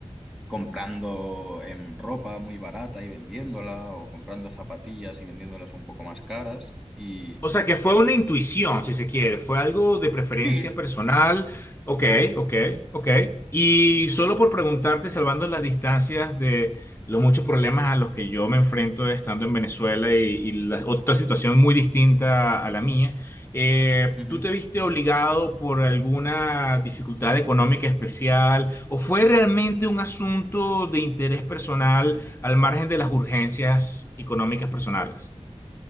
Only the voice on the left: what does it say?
O sea, que fue una intuición, si se quiere, fue algo de preferencia
personal. Ok,
ok, ok. Y solo por preguntarte, salvando las distancias de los muchos problemas a los que yo me enfrento estando en Venezuela y, y la otra situación muy distinta a la mía, eh,
¿tú te viste obligado por alguna dificultad económica especial o fue realmente un asunto de interés personal al margen de las urgencias económicas personales?